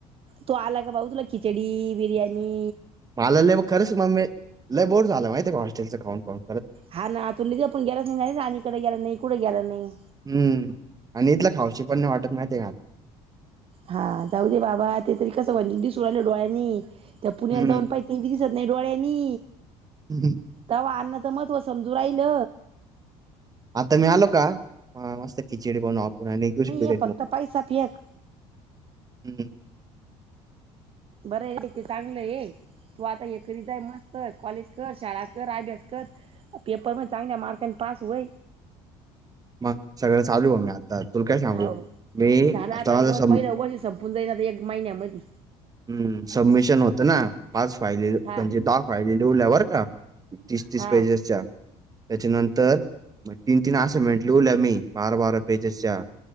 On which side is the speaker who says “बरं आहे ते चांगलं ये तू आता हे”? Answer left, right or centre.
Right